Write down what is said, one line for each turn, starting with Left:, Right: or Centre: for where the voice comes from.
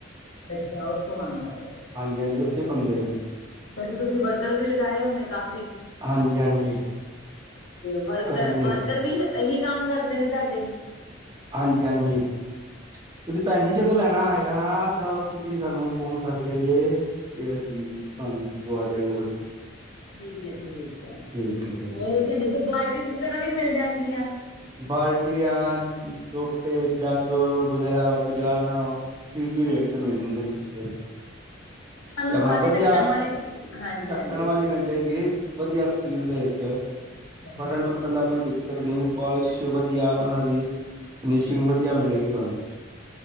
Left: ਅੱਛਾ, ਉਥੋਂ ਆਂਦਾ ਵੇ
Right: ਹਾਂਜੀ ਹਾਂਜੀ ਉੱਥੇ
Left: ਠੀਕ
Right: ਹੀ ਬਣਦੇ
Left: ਏ।
Right: ਨੇ
Left: ਫੇਰ ਤੇ ਤੁਸੀਂ ਵਰਕਰ ਵੀ ਲਗਾਏ ਹੋਨੇ ਕਾਫ਼ੀ
Right: ਹਾਂਜੀ- ਹਾਂਜੀ।
Left: ਵਰਕਰ,
Right: ਵੀ ਨੇ
Left: ਵਰਕਰ ਵੀ ਇਹੀ ਕੰਮ ਕਰਦੇ ਨੇ ਤਾਡੇ।
Right: ਹਾਂਜੀ-ਹਾਂਜੀ ਤੁਸੀਂ ਪੈਣ ਜੀ, ਜਦੋਂ ਲੈਣਾ ਹੋਏਗਾ ਨਾ, ਤਾਂ ਤੁਸੀਂ ਸਾਨੂੰ ਫੋਨ ਕਰਦਿਆਂ ਜੇ ਏ ਅਸੀਂ ਤੁਹਾਨੂੰ ਦੁਆ ਦਿਆਂਗੇ ਵਧੀਆ।
Left: ਠੀਕ ਐ, ਠੀਕ ਐ,
Right: ਠੀਕ ਹੈ ਜੀ
Left: ਹੋਰ ਤਾਡੇ ਕੋਲ ਬਾਲਟੀਸ ਵਗੈਰਾ ਵੀ ਮਿਲ ਜਾਣਗੀਆਂ।
Right: ਬਾਲਟੀਆਂ, ਲੋਟੇ, ਜੱਗ ਵਗੈਰਾ ਬਾਜ਼ਾਰ ਨਾਲੋਂ ਠੀਕ ਹੀ ਰੇਟ ਤੇ ਮਿਲ ਜਾਨਗੇ ਸਸਤੇ। ਤੇ
Left: ਹਾਨੂੰ,
Right: ਆਪਣਾ
Left: ਬਾਲਟੀ
Right: ਵਧੀਆ
Left: ਢੱਕਣ ਵਾਲੀ ਹਾਂਜੀ-ਹਾਂਜੀ
Right: ਢੱਕਣ ਵਾਲੀ ਮਿਲ ਜੇਗੀ, ਵਧੀਆ ਸਟੀਲ ਦੇ ਵਿੱਚ।
Left: ਅੱਛਾ-ਅੱਛਾ
Right: ਬਟਨ ਟੁੱਟਨ ਦਾ ਕੋਈ ਦਿ ਕਦਨੀ ਪੋਲਿਸ਼ ਵਧੀਆ, ਉਨਾਂ ਦੀ ਫਿਨਿਸ਼ਿੰਗ ਵਧੀਆ ਮਿਲੇਗੀ, ਤੁਹਾਨੂੰ।